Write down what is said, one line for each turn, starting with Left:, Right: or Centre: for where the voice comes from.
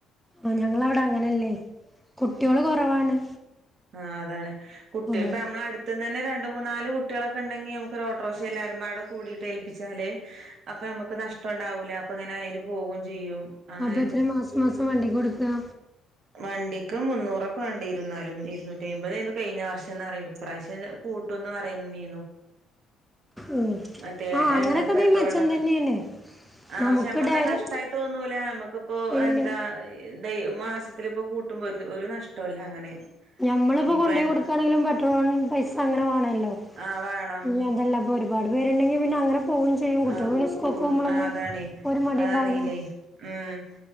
Centre: ആ ഞങ്ങളവിടെ അങ്ങനല്ലേയ് കുട്ടിയോളും കൊറവാണ്
Right: ആ അതാണ് കുട്ടി
Centre: അതെ
Right: നമ്മള അടുത്തണ് അടുത്ത് തന്നെ രണ്ട് മൂന്ന നാല് കുട്ടികളൊക്കെ ഉണ്ടെങ്കി നമുക്ക് ഒട്ടോക്ഷ എല്ലാരും ബ്ബടെ കൂടിയിട്ട്ഏൽപ്പിച്ചാ നിലയിൽ അപ്പൊ നമുക്ക് നഷ്ടം ഉണ്ടാവൂല അപ്പ അങ്ങനെ അതിൽ പോകും ചെയ്യും അങ്ങനെ
Centre: അപ്പൊ എത്ര മാസം മാസം വണ്ടി കൊടുക്കുക
Right: വണ്ടിക്ക് മുന്നൂറൊക്കെ വേണ്ടിരുന്നാലും ഇരുന്നൂറ്റിഅയിമ്പതായിരുന്നു കഴിഞ്ഞ വർഷന്ന് പറിണ്ട് ഇപ്രാവശ്യം കൂട്ടുംന്ന് പറയുന്നേന്
Centre: ഉം
Right: മറ്റേ
Centre: ആഹ് അങ്ങനൊക്കെണ്ടെങ്കി
Right: എണ്ണ പെട്രോൾ
Centre: മെച്ചം
Right: നോക്കെ
Centre: തന്നെയാണ്
Right: ആ
Centre: നമുക്ക്
Right: പക്ഷെ നമ്മക്ക്
Centre: ഡയലി
Right: നഷ്ടമായി തോന്നൂല മ്മക്പോ
Centre: ഇല്ല
Right: എന്താ ഇതായ മാസത്തിൽ ഇപ്പോ കൂട്ടുമ്പോ ഒരു ഒരു നഷ്ടല്ല അങ്ങനെ
Centre: ഞമ്മൾ ഇപ്പോ
Right: ഇനിയിപ്പോ
Centre: കൊടോയി
Right: എണ്ണ
Centre: കൊടുക്കയാണെങ്കിലും പെട്രോള പൈസ അങ്ങനെ വേണല്ലോ
Right: ആഹ് വേണം
Centre: ഇനി അതെല്ല അപ്പൊ ഒരുപാട് പേരുണ്ടെങ്കി പിന്നെ അങ്ങനെ പോകും ചെയ്യും കുട്ടികൾ
Right: ആഹ്
Centre: ഒന്നും സ്കൂൾക്കു
Right: ഫോൺ
Centre: പോമ്പോളൊന്നും
Right: ആഹ് അതാണേ
Centre: ഒരു മടിണ്ടാവില്ല
Right: അതറിയില്ലേ ഉം